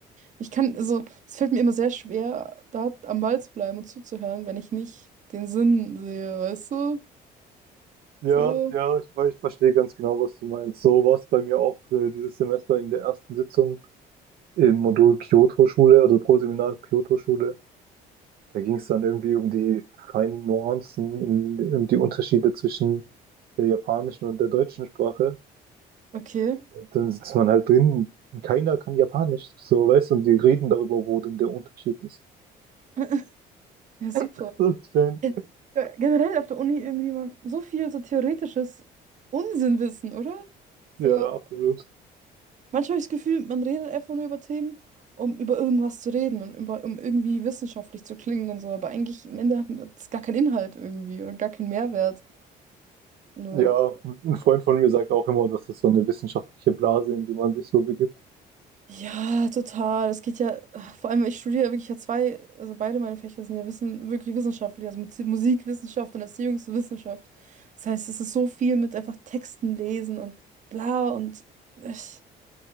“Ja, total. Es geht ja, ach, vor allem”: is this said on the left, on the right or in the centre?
Right